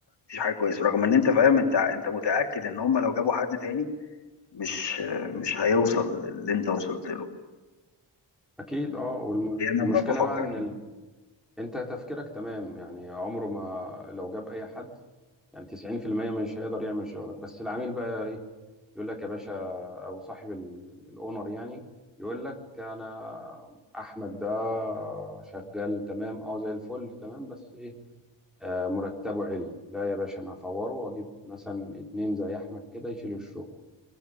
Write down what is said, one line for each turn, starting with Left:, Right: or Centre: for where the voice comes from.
Left: مفيش حاجه كويسه رغم ان انت فاهم انت انت متاكد ان هم لو جابوا حد تاني مش مش هيوصل للي انت وصلت له
Centre: اكيد اه والمشكله
Left: يعني انا ب- بفكر
Centre: بقى ان
Left: كده
Centre: انت تفكيرك تمام يعني عمره ما لو جاب اي حد يعني 90% مش هيقدر يعمل شغلك بس العميل بقى ايه يقول لك يا باشا او صاحب ال- الاونر يعني يقول لك انا احمد ده شغال تمام اه زي الفل تمام بس ايه آه مرتبه عالي لا يا باشا انا هفوره واجيب مثلا اتنين زي احمد كده يشيلوا الشغل